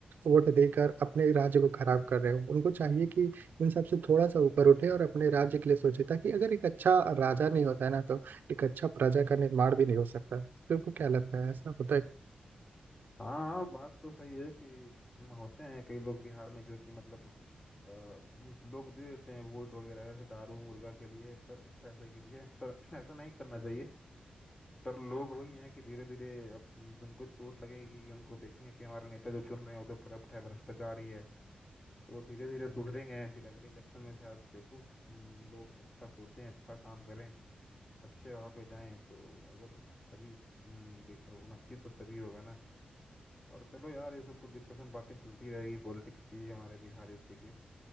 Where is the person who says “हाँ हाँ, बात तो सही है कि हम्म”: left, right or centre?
Left